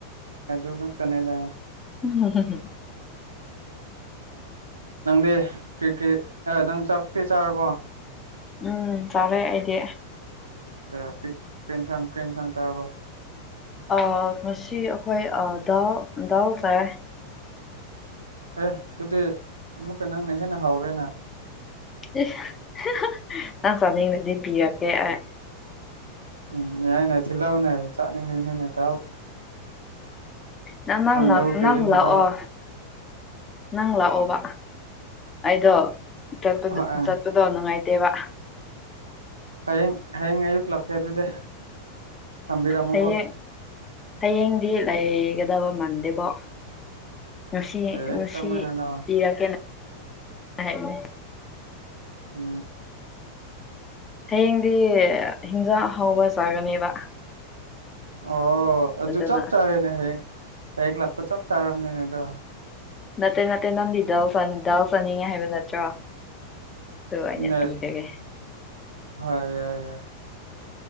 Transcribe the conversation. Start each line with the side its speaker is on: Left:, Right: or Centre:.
Right: ꯑꯗꯨ ꯉꯥꯛꯇꯅꯦꯗ
Left: ꯎ <inaudible>
Right: ꯅꯪꯗꯤ ꯀ꯭ꯔꯤ ꯀ꯭ꯔꯤ ꯅꯪ ꯆꯥꯛꯇꯤ ꯆꯥꯔꯕꯣ
Left: ꯎꯝ ꯆꯥꯔꯦ ꯑꯩꯗꯤ
Right: ꯑꯦ ꯀꯔꯤ ꯌꯦꯟꯁꯥꯡ ꯆꯥꯔꯕꯣ
Left: ꯑꯥ ꯉꯁꯤ ꯑꯩꯈꯣꯏ ꯗꯥꯜ ꯗꯥꯜ ꯆꯥꯢ
Right: ꯑꯦ ꯑꯗꯨꯗꯤ ꯑꯃꯨꯛꯀ ꯅꯪꯅ ꯍꯦꯟꯅ ꯍꯥꯎꯔꯦꯅ
Left: ꯍꯤ ꯍꯤ ꯅꯪ ꯆꯥꯅꯤꯡꯉꯗꯤ ꯄꯤꯔꯛꯀꯦ ꯑꯩ
Right: ꯎꯝ ꯌꯥꯢꯅꯦ ꯊꯤꯜꯔꯛꯎꯅꯦ ꯆꯥꯅꯤꯡꯉꯤꯅꯤꯅꯦ ꯗꯥꯜ
Left: ꯅꯪ
Right: ꯐꯪꯗꯕ ꯀꯨꯏꯔꯦꯅꯦ
Left: ꯅꯪ ꯂꯥꯛꯑꯣ
Right: ꯗꯥꯜ
Left: ꯅꯪ ꯂꯛꯑꯣꯕ ꯑꯩꯗꯣ ꯆꯠꯕꯗꯨ
Right: ꯍꯣꯏ ꯑ
Left: ꯆꯠꯄ ꯄꯥꯎ ꯅꯨꯡꯉꯥꯏꯇꯦꯕ
Right: ꯍꯌꯦꯡ ꯍꯌꯦꯡ ꯑꯌꯨꯛ ꯂꯛꯀꯦ ꯑꯗꯨꯗꯤ ꯊꯝꯕꯤꯔꯝꯃꯣꯀꯣ
Left: ꯍꯌꯦꯡ ꯍꯌꯦꯡꯗꯤ ꯂꯩꯒꯗꯕ ꯃꯟꯗꯦꯕꯣ ꯉꯁꯤ
Right: ꯑꯦ
Left: ꯉꯁꯤ
Right: ꯀꯃꯥꯏꯅꯅꯣ
Left: ꯄꯤꯔꯛꯀꯦꯅ ꯍꯥꯏꯕꯥꯅꯦ ꯫
Right: ꯑ
Left: ꯍꯌꯦꯡꯗꯤ ꯍꯤꯟꯖꯥꯡ ꯍꯥꯎꯕ ꯆꯥꯒꯅꯦꯕ
Right: ꯑꯣ ꯑꯗꯨ
Left: ꯑꯗꯨꯅ
Right: ꯆꯞꯆꯥꯔꯦꯅꯦ ꯍꯌꯦꯡ ꯍꯌꯦꯡ ꯂꯥꯛꯄ ꯆꯞ ꯆꯥꯔꯕꯅꯤꯅꯦ ꯑꯗꯣ
Left: ꯅꯠꯇꯦ ꯅꯠꯇꯦ ꯅꯪꯗꯤ ꯗꯥꯎ ꯗꯥꯎ ꯆꯥꯅꯤꯡꯉꯦ ꯍꯥꯏꯕ ꯅꯠꯇ꯭ꯔꯣ ꯑꯩꯅ
Right: ꯅꯦ
Left: ꯄꯤꯖꯒꯦ
Right: ꯍꯣꯏ ꯌꯥꯏ ꯌꯥꯏ